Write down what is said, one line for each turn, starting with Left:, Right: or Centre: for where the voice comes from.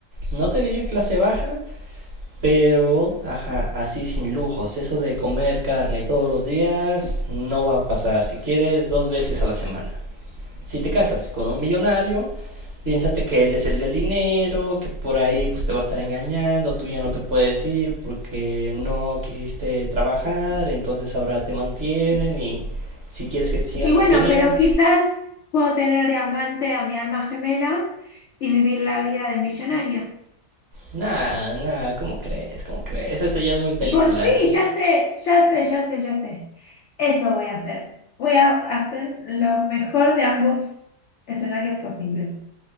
Right: no te diría clase baja, pero, ajá, así sin lujos. Eso de comer carne todos los días no va a pasar. Si quieres, dos veces a la semana. Si te casas con un millonario, piénsate que él es el del dinero, que por ahí pues te va a estar engañando, tú ya no te puedes ir porque no quisiste trabajar, entonces ahora te mantienen y si quieres que te sigan
Left: Y bueno,
Right: manteniendo.
Left: pero quizás puedo tener de amante a mi alma gemela y vivir la vida de millonaria.
Right: Nah, nah, ¿cómo crees? ¿Cómo crees? Eso ya es muy película.
Left: Pues sí, ya sé, ya sé, ya sé, ya sé. Eso voy a hacer. Voy a hacer lo mejor de ambos escenarios posibles.